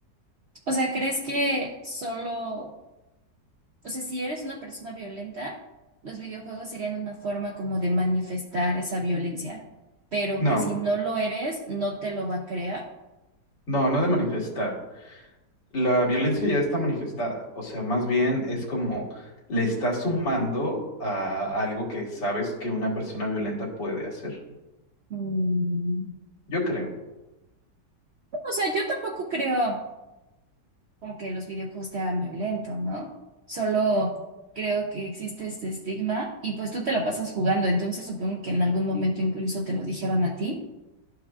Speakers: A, on the right; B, on the left.
A: O sea, ¿crees que solo O sea, si eres una persona violenta, los videojuegos serían una forma como de manifestar esa violencia, pero
B: No,
A: que si no lo eres, no te lo va a crear.
B: no, no de manifestar. La violencia ya está manifestada. O sea, más bien es como le estás sumando a algo que sabes que una persona violenta puede hacer.
A: Mm,
B: Yo creo.
A: O sea, yo tampoco creo como que los videojuegos te hagan violento, ¿no? Solo creo que existe este estigma y pues tú te la pasas jugando, entonces supongo que en algún momento incluso te lo dijeron a ti.